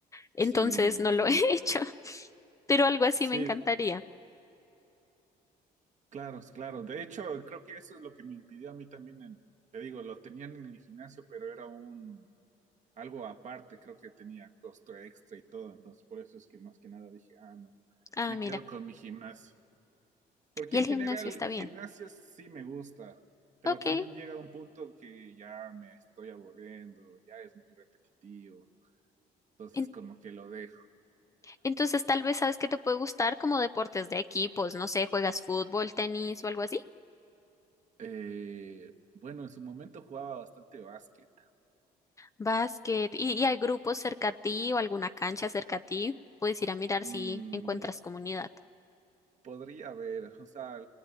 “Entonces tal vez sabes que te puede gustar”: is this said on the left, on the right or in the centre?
Left